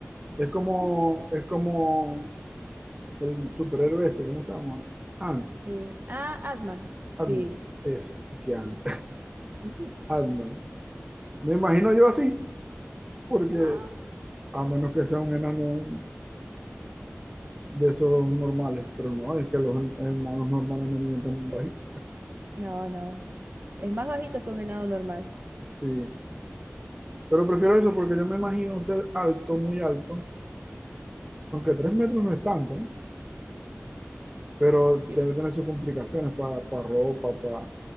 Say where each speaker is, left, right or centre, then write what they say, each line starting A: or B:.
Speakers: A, on the right (about 15°); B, on the right (about 45°).
A: Es como,
B: <laughs>
A: es como el superhéroe este, ¿cómo se llama? Ant,
B: Eh, ah, Atman.
A: Ant-Man,
B: Sí.
A: ese, que Ant,
B: <laughs>
A: Ant-Man. Me imagino yo así, porque
B: Ah,
A: a menos que sea un enano de esos normales, pero no, es que los en- enanos normales no miden tan bajito.
B: no, no. Es más bajito que un enano normal.
A: Sí, pero prefiero eso porque yo me imagino ser alto, muy alto, aunque tres metros no es tanto, ¿no? pero
B: Yo,
A: debe tener sus complicaciones para ropa, para